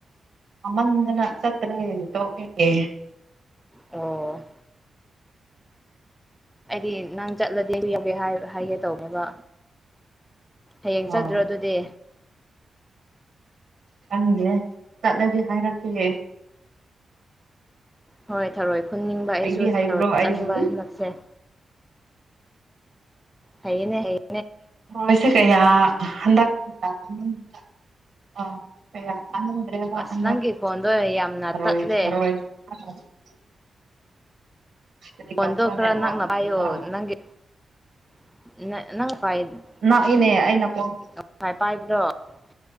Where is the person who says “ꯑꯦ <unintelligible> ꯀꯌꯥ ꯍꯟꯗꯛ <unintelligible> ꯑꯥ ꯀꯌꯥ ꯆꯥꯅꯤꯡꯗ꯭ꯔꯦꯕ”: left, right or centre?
Right